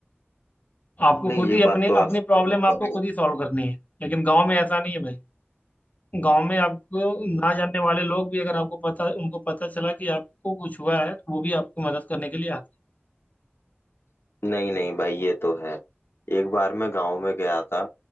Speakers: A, on the left; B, on the left.
A: आपको
B: नहीं
A: खुद
B: ये
A: ही अपने
B: बात तो
A: अपनी
B: आप सही
A: प्रॉब्लम
B: कह
A: आपको
B: रहे हो।
A: खुद ही सॉल्व करनी है लेकिन गाँव में ऐसा नहीं है भाई गाँव में आपको ना जानने वाले लोग भी अगर आपको पता उनको पता चला कि आपको कुछ हुआ है तो वो भी आपकी मदद करने के लिए आते हैं
B: नहीं नहीं भाई ये तो है एक बार मैं गांव में गया था